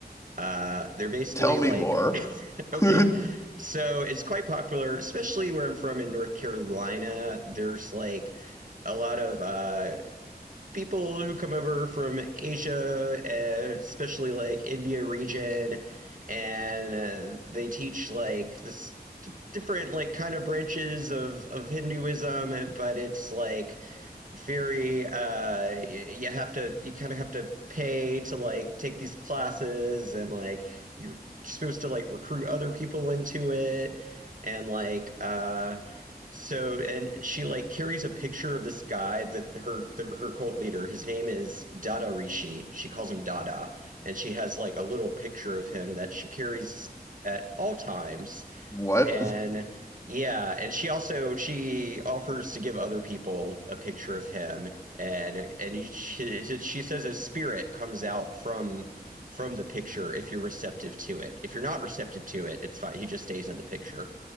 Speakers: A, on the right; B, on the left.
A: Uh, they're basically
B: tell me
A: like,
B: more.
A: <laughs> okay,
B: <laughs>
A: so it's quite popular, especially where I'm from in North Carolina. There's like a lot of uh, people who come over from Asia, uh, especially like India region, and uh, they teach like this d- different like kind of branches of of Hinduism, but it's like Fury, uh, you have to, you kind of have to pay to like take these classes, and like you're supposed to like recruit other people into it, and like, uh, so and she like carries a picture of this guy that her that her cult leader, his name is Dada Rishi. She calls him Dada, and she has like a little picture of him that she carries at all times
B: What?
A: and yeah, and she also she offers to give other people a picture of him, and and he, she she says a spirit comes out from from the picture if you're receptive to it. If you're not receptive to it, it's fine. He just stays in the picture.